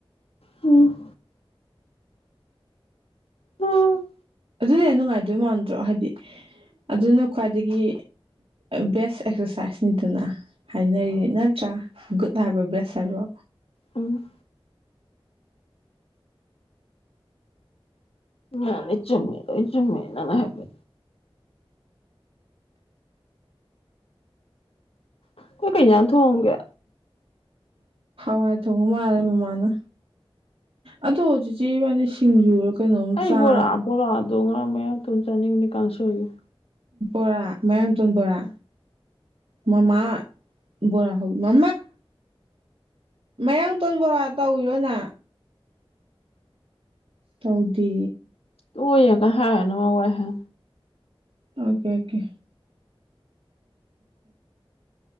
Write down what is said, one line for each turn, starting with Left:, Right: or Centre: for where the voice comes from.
Left: ꯎꯝ ꯎꯝ
Right: ꯑꯗꯨꯅꯦ ꯅꯨꯡꯉꯥꯏꯗꯣꯏ ꯃꯥꯟꯗ꯭ꯔꯣ ꯍꯥꯏꯗꯤ ꯑꯗꯨꯅ ꯈ꯭ꯋꯥꯏꯗꯒꯤ ꯕꯦꯁ ꯑꯦꯛꯁꯔꯁꯥꯏꯁꯅꯤꯗꯨꯅ ꯍꯥꯏꯅꯔꯤ ꯅꯠꯇ꯭ꯔꯥ ꯒꯨꯗ ꯍꯥꯏꯕꯣ ꯕꯦꯁ ꯍꯥꯏꯕꯣ
Left: ꯎꯝ ꯅ ꯅ ꯆꯃꯦꯅ ꯆꯃꯦꯦꯅꯅ ꯍꯥꯏꯕ ꯀ ꯀꯩꯅꯩꯅꯅ ꯊꯣꯡꯣꯡꯒꯦ
Right: ꯍ ꯊꯉ ꯃꯥꯜꯂꯦ ꯃꯃꯥꯅ ꯑꯗꯣ ꯍꯧꯖꯤꯛꯁꯦ ꯏꯕꯥꯅꯤ ꯁꯤꯡꯖꯨꯔ ꯀꯩꯅꯣꯝ
Left: ꯑꯩ
Right: ꯆꯥ
Left: ꯕꯣꯔ ꯕꯣꯔ ꯗꯣꯡꯉ ꯃ ꯇꯨꯅ ꯆꯥꯟꯅꯤ ꯃꯅꯤꯀ ꯀꯥꯡꯁꯥꯌ
Right: ꯣꯔꯥ ꯃꯔꯥꯡꯇꯣꯟ ꯕꯣꯔꯥ ꯃꯃꯥ ꯣꯔ ꯍꯜ ꯃꯥ ꯃꯌꯥꯡꯇꯣꯟ ꯕꯣꯔꯥ ꯇꯧꯔꯣꯅ ꯇꯥꯎꯗꯦ
Left: ꯇ ꯌꯥ ꯀ ꯍꯥꯏꯅ ꯍꯥꯏꯅ
Right: ꯑꯣꯀꯦ ꯑꯣꯀꯦ